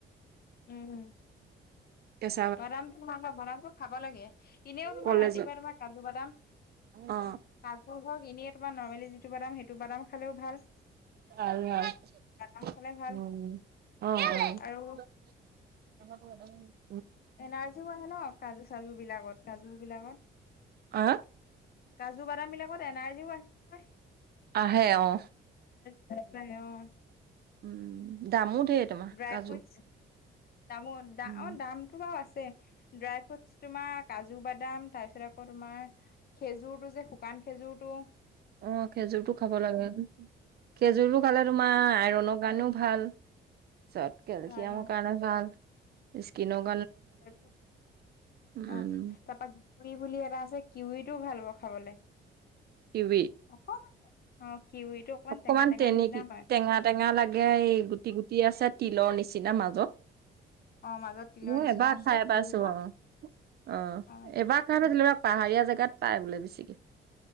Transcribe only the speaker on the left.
উহুম
বাদামটো ভাল অ বাদামটো খাব লাগে, এনেও তোমাৰ
ৰাতিপুৱা তোমাৰ কাজু বাদাম
কাজু সক এনেয় তোমাৰ নৰ্মেলি যিটো বাদাম সেইটো বাদাম খালেও ভাল।
বাদাম খালে ভাল
আৰু
এনাৰ্জি আহে ন কাজু চাজু বিলাকত। কাজু বিলাকত
কাজু বাদাম বিলাকত এনাৰ্জিও আহে নহয়।
তাকে অহ
ড্ৰাই
ফুড দামো আদা
দামটো বাৰু আছে। ড্ৰাই ফুড তোমাৰ কাজু বাদাম তাৰপিছত আকৌ তোমাৰ খেজুৰতটো যে শুকান খেজুৰতো
অ'
ভাল অ
ফেচবুক
অহ তাপা ঘী বুলি এটা কিউৰীটো ভাল হ'ব খাবলে,
অসম অ কিউৰিটো
টেঙা টেঙা
নিচিনা হয়
অ মাজত তিলৰ
নিচিনা
আছে
কিউৰিটো
অ